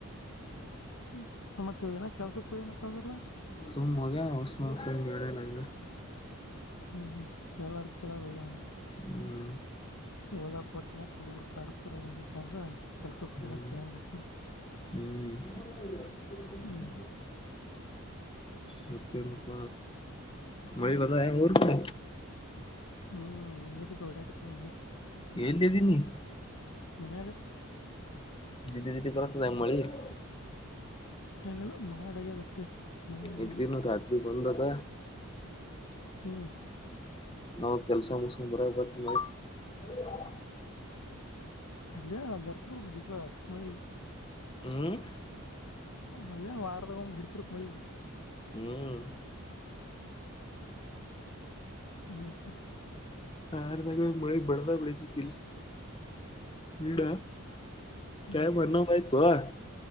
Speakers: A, on the left; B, on the left.
A: ಹ್ಮ ಮತ್ತೆ ಏನ ಕೆಲ್ಸಕ್ಕೂ ಏನತ್ತ ಅಂದ್ರಲ್ಲ
B: ಸುಮ್ ಮೋಗ ಉಸ್ಮ ಸುಮ ಹೇಳಡ ನೆ
A: ಹ್ಮ್ ಹ್ಮ್ ಕೇಳಾರ ಕೇಳಾರ ಹೋಗಣ
B: ಹ್ಮ್
A: ದ ಹ <unintelligible> ತ ಹುಡುಗರು ಕಡಸ್ತಾರ ಹೇಳಕ್ರ ಕೆಲ್ಸ ಹ
B: ಹ್ಮ್
A: ಏನತ್ತ ಏನ್ ಮತ್ತ
B: ಹ್ಮ್ ಹ <unintelligible>
A: ಹ್ಮ್
B: ಮತ್ತೆನಪ ಮಳಿ ಅದು ಏನ್ ಊರ್ ಕಡಿ
A: ಹ್ಮ್ ಎಹೊಟಾಕತದ ಮಳಿ
B: ಹೇಳಲ್ಲಿದ್ದೀನಿ
A: ಮನೆಗ
B: ದೀದಿ ದೀದ್ದಿ ಪತದೆಮ ಮಾಡಿ <unintelligible>
A: ಏನಿಲ್ಲ ಮಾಡ ಆಗ್ಯಾದ್ ಅಟೆ ಮಳಿ ಏನ್
B: ಇಟ್
A: ಬಂದಿಲ್
B: ದಿನ ರಾತ್ರಿ ಬಂದದ
A: ಹ್ಮ್
B: ನಾವ ಕೆಲ್ಸ ಮುಗುಸ್ಕೊಂಡ್ ಬರ ಬಂತ ಮಳಿ ಅರಿ <unintelligible>
A: ಅಯ್ಯಾ ಬರ್ತಿರಬೇಕು ದಿವಸ ಮಳಿ
B: ಹ್ಮ್
A: ಅಲ್ಲೇ ವಾರದಾಗ ವಮ್ಮ ಇಡ್ತಿರಬೇಕ್ ಮಳಿ
B: ಹ್ಮ್
A: ಒಮೇಶ್ವರ
B: ಆ ಮ ಮಳಿ ಬಡದ ಬೆಡಿತತಿಲ್ಲಿ ಪಿರ
A: ಹ್ಮ್
B: ಟೈಮ್ ಹಿಂದೊಂದು ಆಯ್ತುವಾ